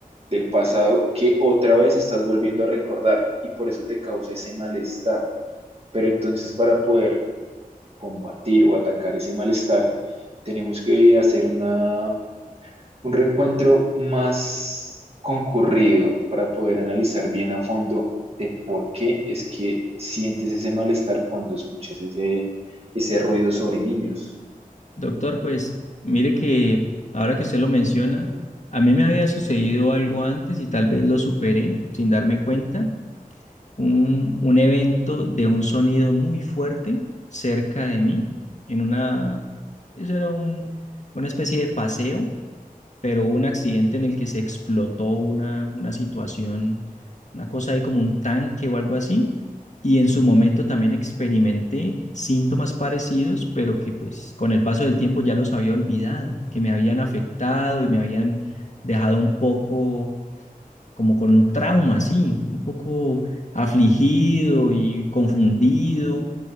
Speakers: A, on the right; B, on the left.
A: del pasado que otra vez estás volviendo a recordar y por eso te causa ese malestar. Pero entonces para poder combatir o atacar ese malestar, tenemos que hacer una un reencuentro más concurrido para poder analizar bien a fondo de por qué es que sientes ese malestar cuando escuchas ese, ese ruido sobre niños.
B: Doctor, pues mire que ahora que usted lo menciona, a mí me había sucedido algo antes y tal vez lo superé sin darme cuenta, un, un evento de un sonido muy fuerte cerca de mí, en una, eso era un, una especie de paseo pero hubo un accidente en el que se explotó una, una situación, una cosa ahí como un tanque o algo así, y en su momento también experimenté síntomas parecidos, pero que pues con el paso del tiempo ya los había olvidado, que me habían afectado y me habían dejado un poco como con trauma, sí, un poco afligido y confundido,